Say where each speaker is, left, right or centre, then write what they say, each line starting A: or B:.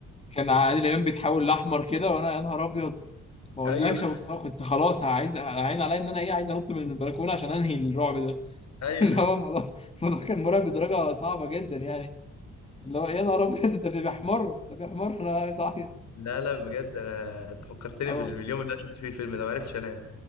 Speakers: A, on the left (about 20°); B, on the left (about 65°).
A: كان عادل امام بيتحول لاحمر كده وانا يا نهار ابيض ما اقولكش
B: <laughs> ايوه
A: يا مصطفى كنت خلاص عايز عين عليا ان انا ايه عايز انط من البلكونه عشان انهي الرعب ده
B: ايوه
A: <laughs> اللي هو الموضوع الموضوع كان مرعب بدرجه صعبه جدا يعني اللي هو يا نهار ابيض ده بيحمر ده بيحمر انا عايز اعيط
B: لا لا بجد انا انت فكرتني
A: اه
B: بال- باليوم اللي انا شفت فيه الفيلم ده ما عرفتش انام